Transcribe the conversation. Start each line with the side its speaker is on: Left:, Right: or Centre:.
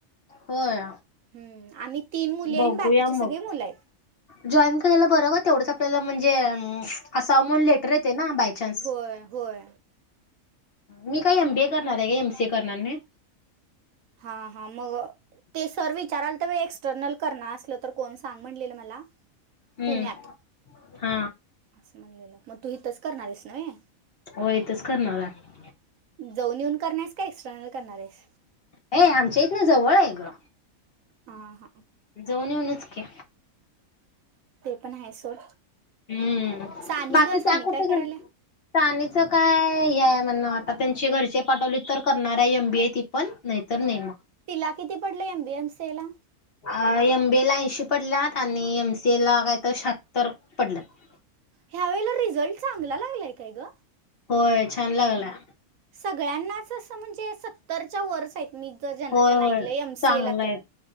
Left: होय.
Right: हम्म आणि तीन मुली
Left: बघूया
Right: आहे बाकीची
Left: मग.
Right: सगळी मुलं आहेत.
Left: जॉईन केरायला बरं का तेवढंच आपल्याला म्हणजे ह असा अमोल लेटर येते ना बायचान्स
Right: होय होय
Left: मी काय एम बी ए करणार आहे का एम सी ए करणार नाही.
Right: हा हा मग ते सर विचाराल तर वेळ एक्सटर्नल करणार असलं तर कोण सांग म्हणटलेलं मला
Left: हम्म
Right: पुण्यात
Left: हा.
Right: असं म्हणलेलं मग तू इथच करणा रेस ना होय.
Left: हो इथंच करणार आहे
Right: जाऊन येऊन करणार का एक्सटर्नल करणार आहेस.
Left: हे आमच्या इथन जवळ हे ग
Right: हा हा.
Left: जाऊन येऊनच कि
Right: ते पण आहे सोड.
Left: हम्म
Right: सानी
Left: बाकी
Right: ग सानी
Left: त्या कुट
Right: काय
Left: <unintelligible>
Right: करायला
Left: सानीच काय ह्य हाय म्हण आता त्यांचे घरचे पाठवलीत, तर करणाराय एमबीए ती पण नाहीतर नाही मग.
Right: तिला किती पडलं एमबी एमसी ला?
Left: एम <unintelligible> पडल्यात आणि एमसीए ला कायतर शहात्तर पडल्यात.
Right: या वेळेला रिझल्ट चांगला लागलाय काय ग?
Left: होय छान लागलाय.
Right: सगळ्यांनाच असं म्हणजे सत्तरच्या वरचं ह. मी ज ज्यांना
Left: होय
Right: ज्यांना
Left: होय
Right: ऐकलंय एमसीए
Left: चांगला
Right: ला तर
Left: आहे